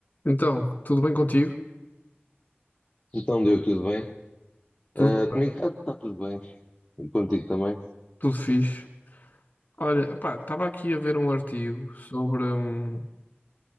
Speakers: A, on the left; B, on the left.
A: Então, tudo bem contigo?
B: Então, Diogo, tudo bem?
A: Tudo
B: Ah,
A: bem.
B: comigo está tá tá tudo bem. E contigo também?
A: Tudo fixe. Olha, pá, estava aqui a ver um artigo sobre, hum,